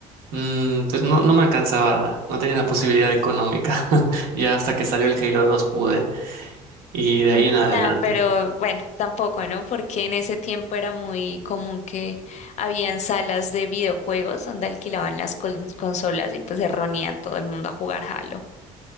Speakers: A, on the right; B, on the left.
A: mm, pues no, no me alcanzaba, no tenía la posibilidad económica. <laughs> Ya hasta que salió el Halo dos pude, y de
B: Mm,
A: ahí en adelante.
B: Nada, pero bueno, tampoco, ¿no? Porque en ese tiempo era muy común que habían salas de videojuegos donde alquilaban las cons- consolas y pues se reunían todo el mundo a jugar Halo.